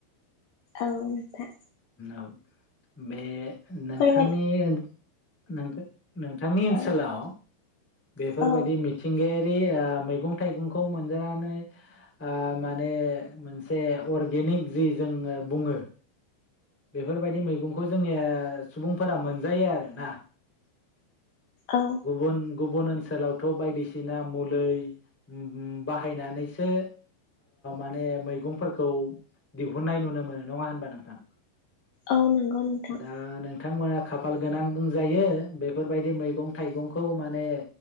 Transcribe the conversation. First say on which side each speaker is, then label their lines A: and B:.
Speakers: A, on the left; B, in the centre.
A: औ नोंथां।
B: औ बे नोंथांनि
A: फोरमाय
B: <inaudible> नोंथां ओनसोलाव,
A: औ
B: बेफोरबायदि
A: औ
B: मिथिंगाया रि- ओ मैगं थाइगंखौ मोनजानानै ओ माने मोनसे अर्गेनिक जि जोङो बुङो बेफोरबायदि मैगंखौ जोंनि ओ सुबुंफोरा मोनजायो आरोना
A: औ
B: गुबुन गुबुन ओनसोलावथ' बायदिसिना मुलै उम बाहायनानैसो माने मैगंफोरखौ दिहुुननाय नुनो मोनो, नङा होनबा नोंथां?
A: औ नंगौ नोंथां।
B: दा नोंथांमोना खाफाल गोनां बुंजायो। बेफोरबायदि मैगं थाइगंखौ माने